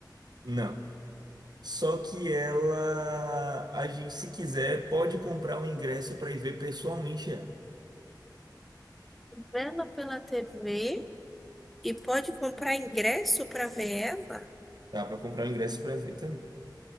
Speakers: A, on the right (about 60°); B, in the centre.
A: Não. Só que ela, a gente, se quiser, pode comprar um ingresso para ir ver pessoalmente ela.
B: Vendo pela TV e pode comprar ingresso para ver ela?
A: Dá para comprar um ingresso para ver também.